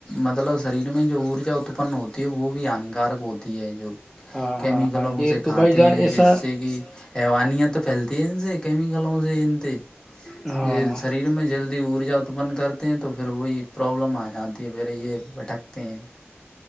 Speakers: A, on the left (about 15°); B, in the centre.
A: مطلب شریر میں جو ارجا اتپن ہوتی ہے وہ بھی ہانیکارک ہوتی ہے جو
B: ہاں
A: کیمیکلوں
B: ہاں یہ
A: سے
B: تو
A: کھاتے
B: بھائی جان
A: ہیں
B: ایسا
A: جس سے کہ حوانت تو پھیلتی ہے ان سے کیمیکل مےتے
B: ہاں
A: یہ شریر میں جلد ارجا اتپن کرتے ہیں تو پھر وہی پرابلم آ جاتی ہے پھر یہ بھٹکتے ہیں